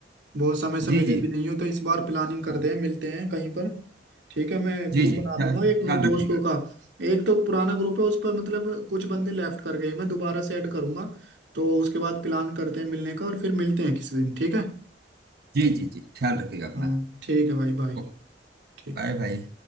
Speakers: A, on the right; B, on the right.
A: बहुत समय से
B: जी
A: मिले
B: जी
A: भी नहीं हो तो इस बार प्लानिंग करते
B: हाँ,
A: हैं मिलते हैं कहीं पर ठीक है मैं
B: जी
A: ग्रुप
B: जी
A: बना
B: ख्याल
A: दूंगा एक
B: ख्याल
A: दोस्तों
B: रखिएगा
A: का एक तो पुराना ग्रुप है उस पर मतलब कुछ बंदे लेफ्ट कर गए मैं दोबारा से ऐड करूंगा तो उसके बाद प्लान करते हैं मिलने का और फिर मिलते हैं किसी दिन ठीक है
B: जी जी जी ख्याल रखिएगा अपना
A: हाँ ठीक है भाई बाय
B: ओके
A: ठीक
B: बाय भाई